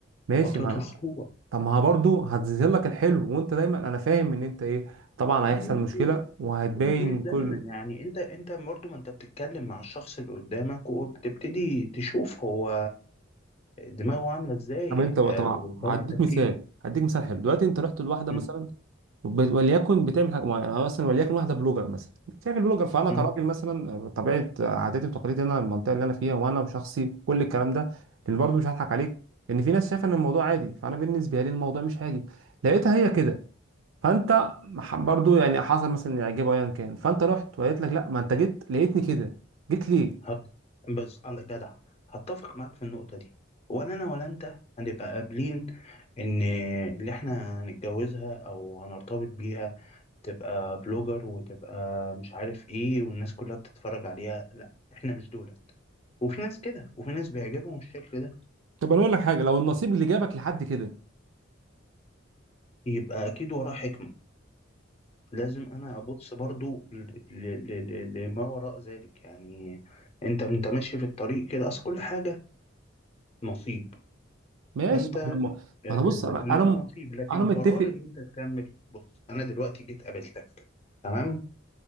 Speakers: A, on the right; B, on the left.
A: ماشي
B: فترة
A: ما انا
B: الخطوبة
A: طب ما برضو هتظهر لك الحلو وانت دايما انا فاهم ان انت ايه طبعا
B: م-
A: هيحصل مشكله وهتبين
B: م- مش دايما
A: كله
B: يعني انت انت برضه ما انت بتتكلم مع الشخص اللي قدامك وبتبتدي تشوف هو دماغه عاملة ازاي
A: طب انت طبعا
B: آه، وطريقة
A: هديك
B: تفكيره
A: مثال هديك مثال حلو دلوقتي انت رحت لواحده
B: م-
A: مثلا وب- وليكن بتعمل حاجه معينه انا مثلا وليكن واحده بلوجر مثلا شايف البلوجر فانا
B: م.
A: كراجل مثلا طبيعه عاداتي وتقاليدي انا المنطقه اللي انا فيها وانا وشخصي كل الكلام ده لان برضه مش هضحك عليك ان في ناس شايفه ان الموضوع عادي فانا بالنسبه لي الموضوع مش عادي لقيتها هي كده فانت مح- برضه يعني حصل مثلا اعجاب ايا كان فانت رحت وقالت لك لا ما انت جيت لقيتني كده جيت ليه؟
B: هت... بس الله- جدع هتفق معاك في النقطة دي ولا أنا ولا أنت هنبقى قابلين إن اللي إحنا هنتجوزها أو هنرتبط بيها تبقى بلوجر وتبقى مش عارف إيه والناس كلها بتتفرج عليها لا إحنا مش دولت وفي ناس كده وفي ناس بيعجبهم الشكل ده
A: طب انا اقول لك حاجه لو النصيب اللي جابك لحد كده
B: يبقى أكيد وراه حكمة لازم أنا أبص برضو ل- ل- ل- ل- لما وراء ذلك يعني أنت أنت ماشي في الطريق كده أصل كل حاجة نصيب
A: ماشي
B: فأنت
A: ما احنا ما انا بص انا
B: اللقى
A: انا م-
B: نصيب لكن
A: انا متفق
B: قرار ان انت تكمل بص انا دلوقتي جيت قابلتك تمام